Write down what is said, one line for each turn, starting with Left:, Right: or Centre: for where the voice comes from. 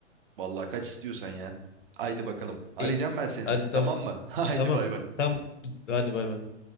Right: Vallahi kaç istiyorsan ya. Haydi bakalım. Arayacağım
Left: İyi.
Right: ben seni.
Left: Hadi tamam.
Right: Tamam mı? <laughs> Haydi
Left: Tamam.
Right: bay bay.
Left: Tamam. Hadi bay bay.